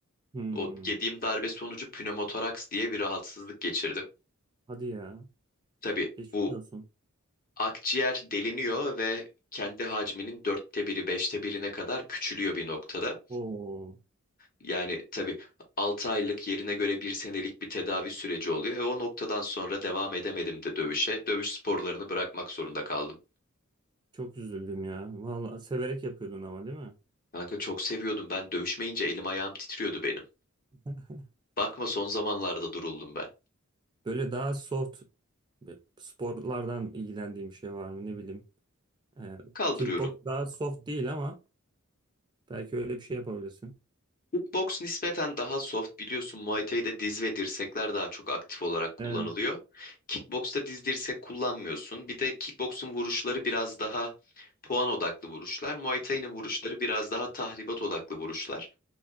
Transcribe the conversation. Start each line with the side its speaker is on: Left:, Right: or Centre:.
Right: Hmm.
Left: O yediğim darbe sonucu pnömotoraks diye bir rahatsızlık geçirdim.
Right: Hadi ya.
Left: Tabii
Right: Geçmiş
Left: bu
Right: olsun.
Left: akciğer deliniyor ve kendi hacminin dörtte biri, beşte birine kadar küçülüyor bir noktada.
Right: Oo.
Left: Yani tabii altı aylık yerine göre bir senelik bir tedavi süreci oluyor. E o noktadan sonra devam edemedim de dövüşe. Dövüş sporlarını bırakmak zorunda kaldım.
Right: Çok üzüldüm ya. Vallahi severek yapıyordun ama değil mi?
Left: Kanka çok seviyordum ben dövüşmeyince elim ayağım titriyordu benim.
Right: <laughs>
Left: Bakma son zamanlarda duruldum ben.
Right: Böyle daha soft sporlardan ilgilendiğim bir şey var mı ne bileyim. Ee,
Left: Kaldırıyorum.
Right: kickbox daha soft değil ama belki öyle bir şey yapabilirsin.
Left: Boks nispeten daha soft biliyorsun Muay Thai'de diz ve dirsekler daha çok aktif olarak kullanılıyor.
Right: Evet.
Left: Kickbox'ta diz dirsek kullanmıyorsun. Bir de kickbox'un vuruşları biraz daha puan odaklı vuruşlar. Muay Thai'nin vuruşları biraz daha tahribat odaklı vuruşlar.